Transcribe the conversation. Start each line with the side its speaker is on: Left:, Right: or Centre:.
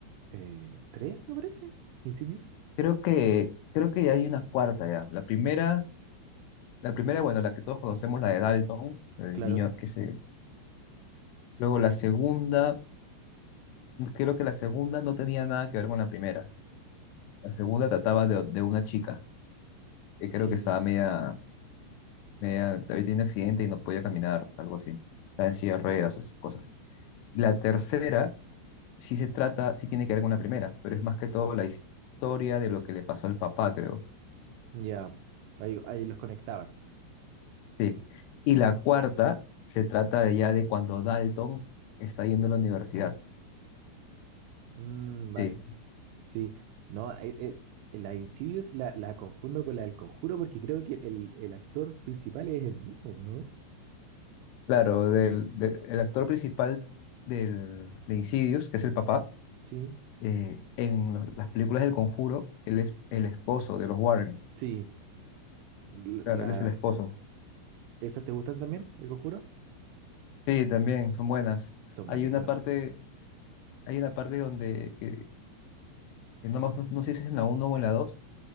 Right: eh, tres, me parece, incendios.
Left: Creo que, creo que hay una cuarta ya. La primera, la primera, bueno, la que todos conocemos, la de Dalton, el
Right: Claro,
Left: niño que se... Luego la segunda, creo que la segunda no tenía nada que ver con la primera. La segunda trataba de, de una chica que creo
Right: sí,
Left: que estaba media, media, había tenido un accidente y no podía caminar, algo así. Estaba en silla de ruedas, esas cosas. La tercera sí se trata, sí tiene que ver con la primera, pero es más que todo la historia de lo que le pasó al papá, creo.
Right: ya, Ahí, ahí los conectaban.
Left: Sí. Y la cuarta se trata de ya de cuando Dalton está yendo a la universidad.
Right: Mm,
Left: Sí.
Right: vale, sí, no, ahí, eh, la de Insidious la, la confundo con la del Conjuro porque creo que el, el actor principal es el mismo, ¿no?
Left: Claro, del, del- el actor principal del, de Insidious, que es el papá
Right: Sí,
Left: eh, en lo- las películas del Conjuro, él es el esposo de los Warren.
Right: sí, la,
Left: Claro,
Right: la-
Left: él es el esposo.
Right: ¿esas te gustan también, el Conjuro?
Left: Sí, también son buenas.
Right: Son
Left: Hay
Right: buenísimas.
Left: una parte, hay una parte donde, que, que no, me- no sé si es en la uno o en la 2